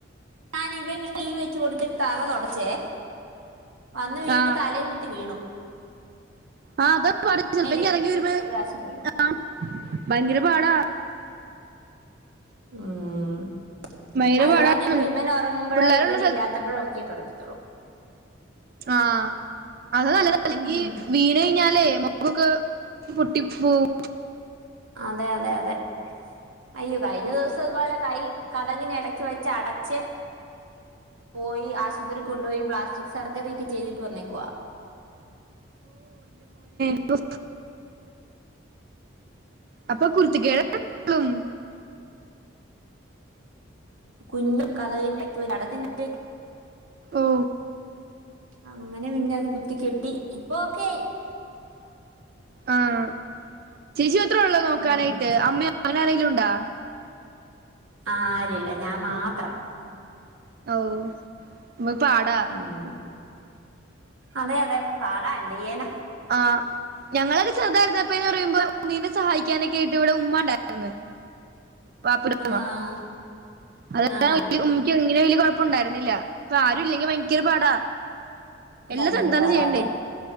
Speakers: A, on the right (about 85°); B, on the right (about 45°).
A: ഞാനിബൻ ഈവ് വെച്ച് കൊടുത്തിട്ട് തറ തുടച്ചേ വന്ന് വീണ്
B: ആ
A: താലേം കുത്തി വീണു
B: ആഹ അതെ ചപ്പോ
A: എല ഇടിച്ചു
B: ഇറങ്ങി വരുമ്പ
A: ഒരു പ്രാവശ്യം വീണു
B: ആ ഭയങ്കര പാടാ
A: ഉം
B: ഭയങ്കര
A: അത്
B: പാടാണ്
A: കാരണം ഇപ്പ ഇവൻ ഒറങ്ങുമ്പോഴോ
B: പിള്ളേരുള്ള
A: ഇവൻ ഇല്ലാത്തപ്പോഴോ ഒക്കെ തൊട് തൊള്ളൂ
B: ആഹ് അത് നല്ലതാ അല്ലെങ്കി
A: ഉം
B: വീണ് കഴിഞ്ഞാലേ മൊ കൊക്കെ പു ടിപ്പൂം
A: അതെ അതെ അതെ അയ്യോ കഴിഞ്ഞ ദിവസം ഇത്പോലെ കൈ കതകിനെടയ്ക്ക് വെച്ചട ച്ച് പോയി ആശ്വത്രി കൊണ്ടോയി പ്ലാസ്റ്റിക് സർജറിക്കെ ചെയ്തിട്ട് വന്നേക്കുവാ
B: ഫ് അപ്പൊ കുർത്തക്കേ <unintelligible>
A: കുഞ്ഞു കതകിന്നെട <unintelligible>
B: ഓ
A: അങ്ങനെ പിന്നെ അത് കുത്തി കെട്ടി ഇപ്പൊക്കെയി
B: ആഹ് ശിശു അത്രേ ഒള്ളോ നോക്കാനായിട്ട്
A: ഉം
B: അമ്മെയോ റീലുണ്ടോ
A: ആ ആരുല്ല ഞാൻ മാത്രം
B: ഓ മ്പ പാടാ
A: ഉം അതെ അതെ പാടാ എന്തെയ്യാന
B: ആ് ഞങ്ങളക്കെ ചെറുതായിരുന്നപ്പന്ന് പറയുമ്പോ ഉണ്ണീനെ സഹായിക്കാനൊക്കേയ്ട്ട് ഇവിടെ ഉമ്മ ഉണ്ടാരിന്ന് പാപ്പ
A: ആഹ്
B: അത
A: ആഹാ
B: ഉമ്മിക്ക് ഇങ്ങനെ വല്യ കൊഴപ്പൊണ്ടായിരുന്നില്ല ഇപ്പൊ ആരും ഇല്ലെങ്കിൽ ഭയ്ങ്കര പാടാ എല്ലാം
A: ഭയങ്കര
B: തന്നെത്താനെ
A: പാടാ
B: ചെയ്യണ്ടേ
A: അതെ